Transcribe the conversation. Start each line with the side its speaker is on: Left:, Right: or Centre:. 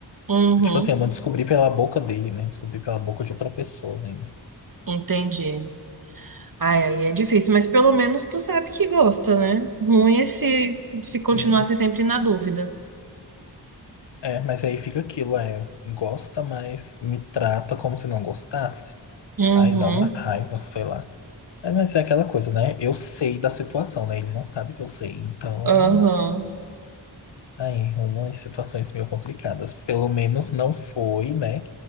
Right: Uhum.
Left: Tipo assim, eu não descobri pela boca dele, né? Descobri pela boca de outra pessoa ainda.
Right: Entendi. Ai, aí é difícil, mas pelo menos tu sabe que gosta, né? Ruim é se, se se continuasse
Left: Sim.
Right: sempre na dúvida.
Left: É, mas aí fica aquilo, é, gosta, mas me trata como se não gostasse.
Right: Uhum.
Left: Aí dá uma raiva, sei lá. É, mas é aquela coisa, né? Eu sei da situação, né? Ele não sabe que eu sei, então
Right: Aham.
Left: Ai, Roma, em situações meio complicadas. Pelo menos não foi, né?